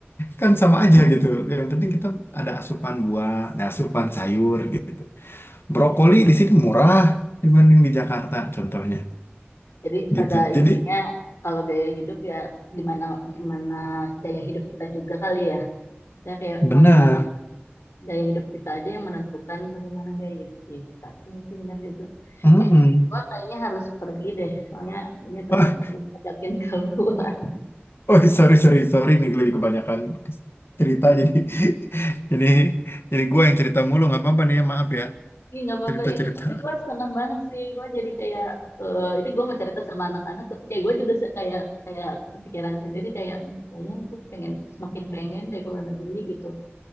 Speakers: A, on the left; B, on the left.
A: kan sama aja gitu. Yang penting kita ada asupan buah, ada asupan sayur gitu. Brokoli
B: iya, iya.
A: di sini murah dibanding di Jakarta contohnya
B: Jadi
A: gitu.
B: pada intinya
A: Jadi
B: kalau gaya hidup ya gimana gimana gaya hidup kita juga kali ya. Kita kayak
A: benar.
B: mau di mana gaya hidup kita aja yang menentukan bagaimana gaya hidup kita. Iya sih benar juga.
A: Mm-mm.
B: Eh, gua kayaknya harus pergi deh. Soalnya ini teman-teman
A: Wah,
B: gue ajakin <laughs> keluar.
A: Oh sorry sorry sorry nih gue jadi kebanyakan cerita jadi <laughs> jadi jadi gue yang cerita mulu nggak apa-apa nih ya maaf ya
B: Iya nggak apa-apa.
A: cerita
B: Itu-
A: cerita.
B: Tapi gue seneng banget sih. Gue jadi kayak eh itu gue mau cerita sama anak-anak. Tapi kayak gue juga se- kayak kayak kepikiran sendiri kayak "Duh, kayaknya tuh pengen semakin pengen dari luar negeri gitu.